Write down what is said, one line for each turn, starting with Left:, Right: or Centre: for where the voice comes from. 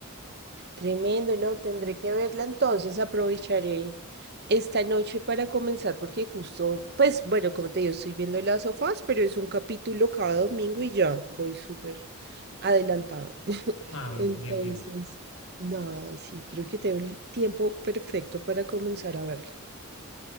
Right: Tremendo, no, tendré que verla entonces, aprovecharé esta noche para comenzar porque justo, pues bueno, como te digo, estoy viendo las sofás, pero es un capítulo cada domingo y ya voy súper adelantada. <laughs>
Left: Ah, bien,
Right: Entonces,
Left: bien, bien.
Right: nada, sí, creo que tengo el tiempo perfecto para comenzar a verla.